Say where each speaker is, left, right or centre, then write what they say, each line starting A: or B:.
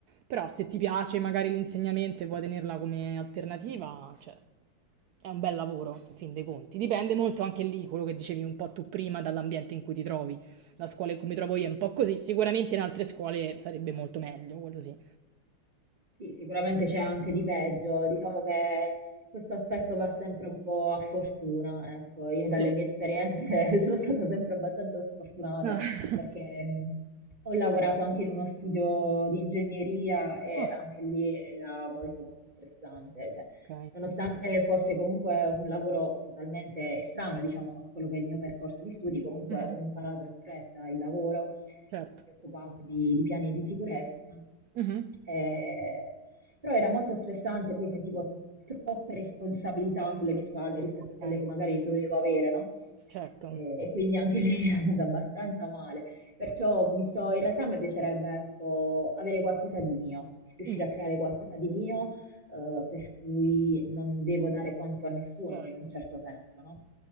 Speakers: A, on the right; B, on the right.
A: Però se ti piace magari l'insegnamento e vuoi tenerla come alternativa, cioè, è un bel lavoro, in fin dei conti. Dipende molto anche lì, quello che dicevi un po' tu prima, dall'ambiente in cui ti trovi. La scuola in cui mi trovo io è un po' così. Sicuramente in altre scuole sarebbe molto meglio, quello sì.
B: Sì, sicuramente c'è anche di peggio, diciamo che questo aspetto va sempre un po' a fortuna, ecco, io dalle
A: Sì.
B: mie esperienze <laughs> sono stata sempre abbastanza sfortunata
A: Ah, <laughs>
B: perché mh, ho lavorato anche in uno studio di ingegneria e
A: Ah,
B: anche lì era molto molto stressante, cioè,
A: ok,
B: nonostante fosse comunque un lavoro totalmente estraneo, diciamo, a quello che è il mio percorso di studi, comunque
A: mhm,
B: ho imparato in fretta il lavoro
A: certo.
B: mi occupavo di, di piani di sicurezza,
A: mhm.
B: eh, però era molto stressante, poi sentivo troppe responsabilità sulle mie spalle rispetto
A: Ok,
B: a quelle che magari dovevo avere, no?
A: certo.
B: Eh, E quindi anche lì <laughs> è andata abbastanza male. Perciò mi sto, in realtà mi piacerebbe, ecco, avere qualcosa di mio, riuscire
A: Mm,
B: a creare qualcosa di mio eh, per cui non devo dare conto a nessuno
A: certo.
B: in un certo senso, no?